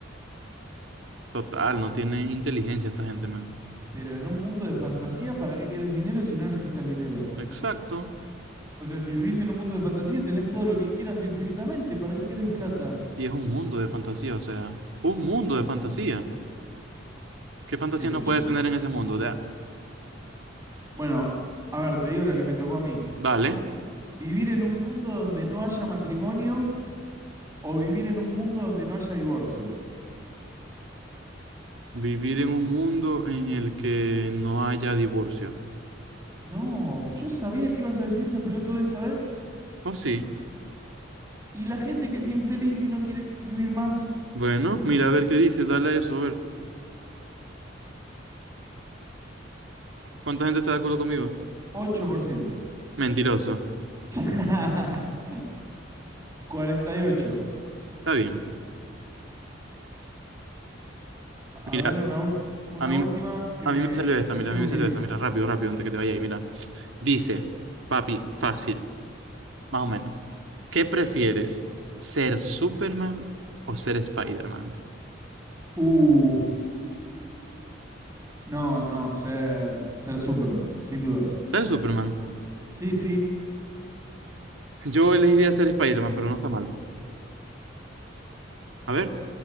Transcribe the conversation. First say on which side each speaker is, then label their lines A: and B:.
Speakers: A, on the right (about 80°); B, on the right (about 15°).
A: Total, no tienen inteligencia esta gente, man.
B: Pero en un mundo de fantasía, ¿para qué querés dinero si no necesitas dinero?
A: Exacto.
B: O sea, si vivís en un mundo de fantasía, tenés todo lo que quieras infinitamente. ¿Para qué querés plata?
A: Y es un mundo de fantasía, o sea, un mundo de fantasía. ¿Qué fantasía
B: ¿Qué sé
A: no puedes
B: yo?
A: tener en ese mundo? de
B: Bueno, a ver, te digo lo que me tocó a mí.
A: Dale,
B: Vivir en un mundo donde no haya matrimonio o vivir en un mundo donde no haya divorcio.
A: vivir en un mundo en el que no haya divorcio.
B: No, yo sabía que ibas a decir esa pelotudez, ¿sabes?
A: Pues sí,
B: Y la gente que es infeliz y no quiere vivir más,
A: Bueno, mira, a ver qué dice, dale a eso, a ver. ¿Cuánta gente está de acuerdo conmigo?
B: Ocho por ciento.
A: Mentiroso.
B: <laughs> 48.
A: Está bien.
B: A
A: Mira,
B: ver, una, ulti- una
A: a mí,
B: última que
A: a
B: me,
A: mí me salió
B: que
A: esta,
B: me
A: mira,
B: tengo
A: a mí me salió
B: que ir.
A: esta, mira, rápido, rápido, antes que te vaya ahí, mira. Dice, papi, fácil, más o menos. ¿Qué prefieres? ¿Ser Superman o ser Spider-Man?
B: Uh, no, no, ser, ser Superman, sin dudas.
A: Ser Superman.
B: Sí, sí.
A: Yo elegiría ser Spider-Man, pero no está mal. A ver,